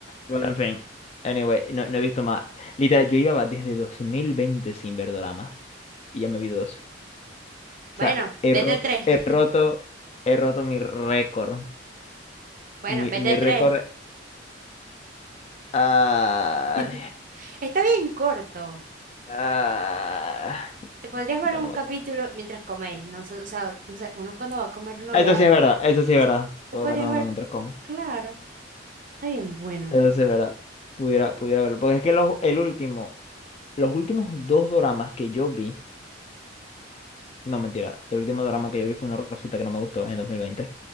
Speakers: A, on the left; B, on the right.
A: Bueno, en fin. Anyway, no, no he visto más. Literal, yo iba desde 2020 sin ver drama. Y ya me vi dos. O
B: Bueno,
A: sea, he, he
B: vete
A: ro-
B: tres.
A: he
B: <laughs>
A: roto, he roto mi récord.
B: Bueno,
A: Mi,
B: vete
A: mi récord.
B: tres.
A: ah,
B: <laughs> Está bien corto.
A: ah,
B: Te podrías ver
A: bueno,
B: un
A: vato.
B: capítulo mientras coméis, no sé, o sea, no sé, uno cuando va a comer uno
A: Eso
B: vea.
A: sí es verdad, eso
B: Entonces,
A: sí es verdad. Puedo
B: te podrías
A: verme uno
B: ver,
A: mientras como.
B: claro, está bien bueno.
A: Eso sí es verdad. Pudiera, pudiera verlo. Porque es que los- el último, los últimos dos doramas que yo vi. No, mentira. El último drama que yo vi fue una rosita que no me gustó en 2020.